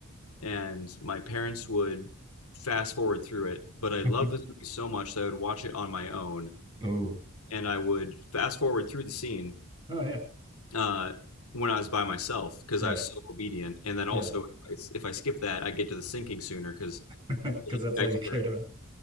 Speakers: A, on the left; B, on the right.
A: and my parents would fast forward through it. But
B: <laughs>
A: I love this movie so much that I would watch it on my own,
B: Oh,
A: and I would fast forward through the scene
B: oh yeah.
A: uh, when I was by myself because
B: Right.
A: I was so obedient. And then
B: Yeah,
A: also, if I, if I skip that, I get to the sinking sooner because
B: <laughs> because
A: I hit
B: that's
A: the
B: all
A: iceberg.
B: you cared about.